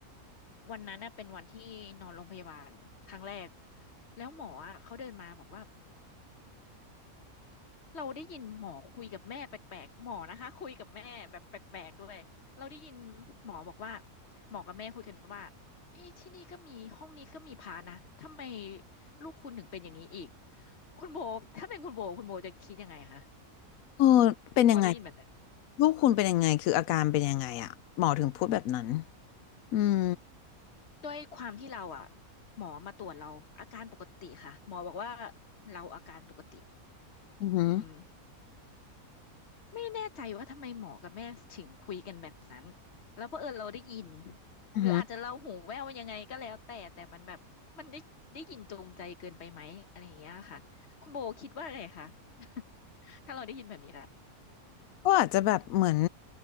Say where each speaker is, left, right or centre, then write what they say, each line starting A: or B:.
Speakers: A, on the left; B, on the left.
A: วันนั้นน่ะเป็นวันที่นอนโรงพยาบาลครั้งแรกแล้วหมออ่ะเขาเดินมาบอกว่า เราได้ยินหมอคุยกับแม่แปลกๆหมอนะคะคุยกับแม่แบบแปลกๆด้วยเราได้ยินหมอบอกว่าหมอกับแม่คุยกันว่าเอ๊ะที่นี่ก็มีห้องนี้ก็มีพระนะทำไมลูกคุณถึงเป็นอย่างนี้อีกคุณโบถ้าเป็นคุณโบคุณโบจะคิดยังไงคะ
B: เออเป็นยังไง
A: พอได้ยินแบบเนี้ย
B: ลูกคุณเป็นยังไงคืออาการเป็นยังไงอ่ะหมอถึงพูดแบบนั้นอืม
A: ด้วยความที่เราอ่ะหมอมาตรวจเราอาการปกติค่ะหมอบอกว่าเราอาการปกติ
B: อือหือ
A: อืม ไม่แน่ใจว่าทำไมหมอกับแม่ถึงคุยกันแบบนั้นแล้วเผอิญเราได้ยิน
B: อือหือ
A: หรืออาจจะเราหูแว่วยังไงก็แล้วแต่แต่มันแบบมันได้ได้ยินจงใจเกินไปไหมอะไรอย่างเงี้ยค่ะคุณโบคิดว่าไงคะ <laughs> ถ้าเราได้ยินแบบนี้ละ
B: ก็อาจจะแบบเหมือน